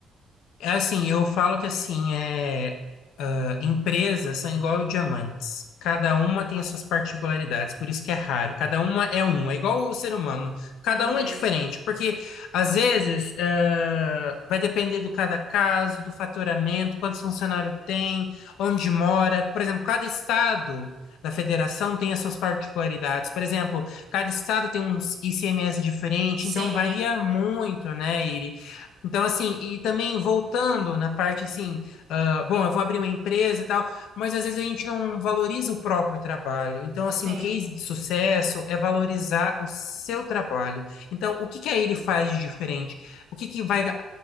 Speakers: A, on the left; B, on the right.
A: É Assim, eu falo que assim, é, ah, empresas são igual diamantes. Cada uma tem as suas particularidades, por isso que é raro. Cada uma é um, é igual o ser humano. Cada
B: Uhum.
A: um é diferente, porque às vezes ah, vai depender do cada caso, do faturamento, quantos funcionários tem, onde mora. Por exemplo, cada estado da federação tem as suas particularidades. Por exemplo, cada estado tem um ICMS diferente,
B: Sim,
A: então varia muito, né? Então, assim, e também voltando na parte assim, ah, bom, eu vou abrir uma empresa e tal, mas às vezes a gente não valoriza o próprio trabalho. Então, assim,
B: sim,
A: um case de sucesso é valorizar o seu trabalho. Então, o que que aí ele faz de diferente? O que que vai,